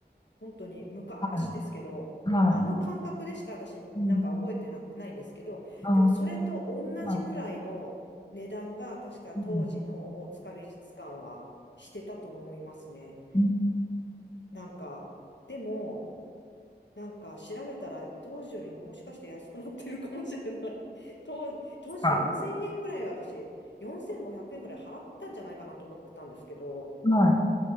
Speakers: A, on the left; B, on the left.
A: 本当に昔ですけど、
B: はい。は
A: あの感覚でしか私なんか覚えてな、
B: い。うん。
A: ないんですけど、
B: あ
A: でもそれと同じくらいの値段が確か当時の大塚美術館はしてたと思いますね。
B: ーあ、うん。うん
A: なんか、でも、なんか調べたら当時よりのもしかして安くなってるかもしれない <laughs> 当時、当時4000円ぐらい私、
B: か。
A: 4500円ぐらい払ったんじゃないかなと思ってたんですけど、
B: は